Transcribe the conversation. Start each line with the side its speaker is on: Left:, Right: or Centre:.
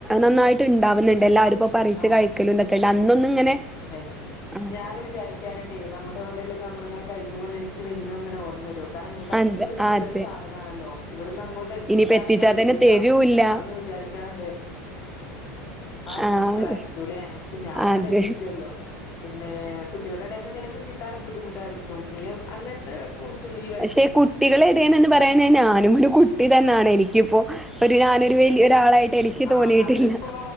Centre: നന്നായിട്ട് ഉണ്ടാവ്ന്നുണ്ട് എല്ലാരുപ്പൊ പറിച്ച്
Left: ആഹ്
Centre: കഴിക്കലുണ്ടെക്കെണ്ട് അന്നൊന്നു ഇങ്ങനെ
Left: അതെ
Centre: ആഹ്
Left: ഞാനു വിചാരിക്കാറിണ്ടേ നമ്മുടെ ഇവിടിള്ളത് നമ്മളിങ്ങനെ കഴിക്കുമ്പൊ നിന നിക്ക് നിന്നെങ്ങനെ ഓർമ്മ വരും കാരണം നിനക്ക് അത്ര
Centre: അതെ
Left: ഇഷ്ടമുള്ളരു
Centre: അതെ
Left: സാധനമാണല്ലോ ഇവിടുന്ന് അങ്ങോട്ട് എത്തിക്കാനും
Centre: ഇനിയിപ്പ എത്തിച്ചാ
Left: കഴിയൂല്ല
Centre: തന്നെ തരൂല്ല
Left: അപ്പൊ അങ്ങ് വിചാരിക്ക ക്കാറ്ണ്ട് ആരാ
Centre: ആഹ്
Left: മക്കളായിരിക്കുല്ലേ
Centre: അതെ
Left: പക്ഷെ ഞനവിടെ
Centre: അതെ
Left: എത്തിക്കുവ ല്ലോ പിന്നെ കുട്ടികളുടെ ഇടന്ന് നിനക്ക് കിട്ടാനും ബുദ്ധിമുട്ടായിരിക്കും നീ അങ്ങനത്തെ ഫ്രൂട്സ് ഒന്നും ഇ
Centre: പക്ഷെ കുട്ടികള എടയേന്ന് പറയാന് ഞാനും ഒരു കു ഇതന്നെയാണ് എനിക്കിപ്പോ ഒരു ഞാനൊരു വലിയ ഒരാളായിട്ട് എനിക്ക്
Left: ആഹ്
Centre: തോന്നിയിട്ടില്ല
Left: അതിപ്പോ